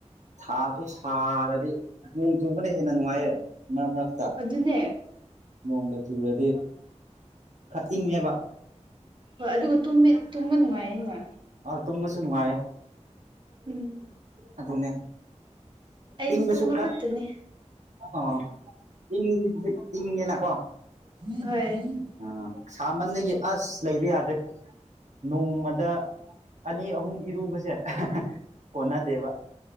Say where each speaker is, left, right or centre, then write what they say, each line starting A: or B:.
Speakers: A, on the right; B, on the right.
A: ꯊꯥꯁꯨ ꯁꯥꯔꯗꯤ ꯅꯣꯡ ꯆꯨꯕꯅ ꯍꯦꯟꯅ ꯅꯨꯡꯉꯥꯏꯌꯦ ꯃꯔꯛ-ꯃꯔꯛꯇ꯫
B: ꯑꯗꯨꯅꯦ꯫
A: ꯅꯣꯡꯒ ꯆꯨꯔꯗꯤ ꯈꯔ ꯏꯪꯉꯦꯕ꯫
B: ꯍꯣꯏ ꯑꯗꯨꯒ ꯇꯨꯝꯃꯦ ꯇꯨꯝꯕ ꯅꯨꯡꯉꯥꯏꯌꯦꯅ꯫
A: ꯑꯧ ꯇꯨꯝꯕꯁꯨ ꯅꯨꯡꯉꯥꯏꯌꯦ꯫
B: ꯎꯝ꯫
A: ꯑꯗꯨꯅꯦ
B: ꯑꯩꯗꯤ
A: ꯏꯪꯕꯁꯨ
B: ꯇꯨꯝꯕ
A: ꯈꯔ
B: ꯈꯛꯇꯅꯤ
A: ꯑ ꯏꯪꯕꯗꯤ ꯏꯪꯉꯦꯅꯀꯣ
B: <unintelligible> ꯍꯣꯢ꯫
A: ꯑ ꯁꯥꯃꯟꯗꯒꯤ ꯑꯁ ꯂꯩꯕ ꯌꯥꯗ꯭ꯔꯦ꯫ ꯅꯣꯡꯃꯗ ꯑꯅꯤ ꯑꯍꯨꯝ ꯏꯔꯨꯕꯁꯦ <unintelligible> ꯀꯣꯟꯅꯗꯦꯕ꯫